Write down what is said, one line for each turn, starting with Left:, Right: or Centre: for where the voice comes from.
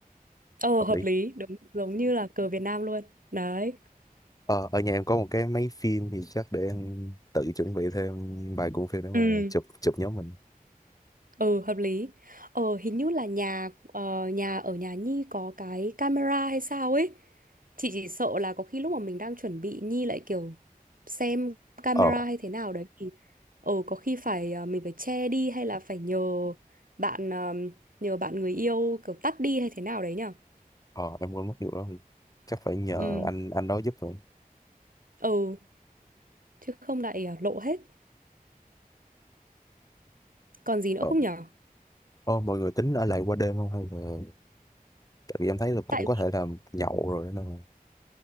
Right: Ờ,
Left: hợp
Right: hợp
Left: lý.
Right: lý, đúng, giống như là cờ Việt Nam luôn. Đấy.
Left: Ờ, ở nhà em có một cái máy phim thì chắc để em tự chuẩn bị thêm vài cuộn phim để mà
Right: Ừ.
Left: chụp chụp nhóm mình.
Right: Ừ hợp lý. Ờ hình như là nhà ờ, nhà ở nhà Nhi có cái camera hay sao ấy. Chị chỉ sợ là có khi lúc mà mình đang chuẩn bị Nhi lại kiểu xem camera
Left: Ờ,
Right: hay thế nào đấy thì ờ có khi phải ờ, mình phải che đi hay là phải nhờ bạn ờ, nhờ bạn người yêu kiểu tắt đi hay thế nào đấy nhở.
Left: ờ em quên mất vụ đó. Chắc phải nhờ
Right: Ừ.
Left: anh anh đó giúp rồi.
Right: Ừ chứ không lại ờ, lộ hết. Còn gì nữa
Left: Ờ,
Right: không nhở?
Left: ờ, mọi người tính ở lại qua đêm không hay là tại vì em thấy là cũng
Right: Tại
Left: có
Right: vì
Left: thể là nhậu rồi đó nên là.